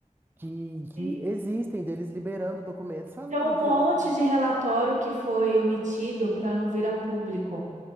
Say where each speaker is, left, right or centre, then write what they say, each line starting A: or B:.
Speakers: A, on the right (about 15°); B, on the right (about 70°).
A: que, que
B: sim.
A: existem deles liberando documentos falando
B: Tem um
A: de
B: monte
A: OVNIs,
B: de relatório que foi omitido para não vir a público.